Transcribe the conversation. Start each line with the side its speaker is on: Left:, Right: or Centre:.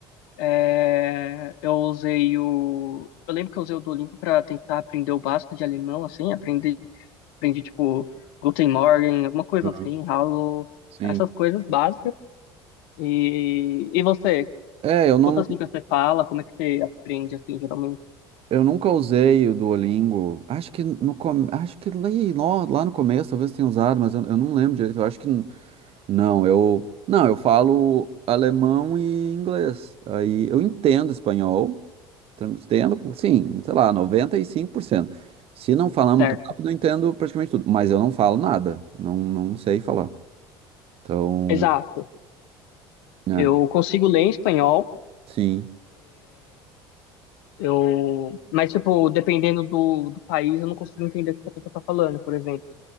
Left: É, eu usei o. Eu lembro que eu usei o Duolingo para tentar aprender o básico de alemão, assim, aprendi, aprendi tipo Guten Morgen, alguma coisa
Right: Aham,
Left: assim, Hallo,
Right: Sim.
Left: essas coisas básicas. E, e você,
Right: É, eu não,
Left: quantas línguas você fala? Como é que você aprende, assim, geralmente?
Right: eu nunca usei o Duolingo. Acho que no com- acho que lá, lá lá no começo talvez tenha usado, mas eu, eu não lembro direito. Eu acho que n- não, eu não, eu falo alemão e inglês. Aí eu entendo espanhol, tran- entendo, sim, sei lá, 95%. Se não falar muito
Left: Certo.
Right: rápido, eu entendo praticamente tudo, mas eu não falo nada. Não, não sei falar. Então,
Left: Exato.
Right: é,
Left: Eu consigo ler em espanhol.
Right: sim.
Left: Eu, mas, tipo, dependendo do, do país, eu não consigo entender o que a pessoa tá falando, por exemplo.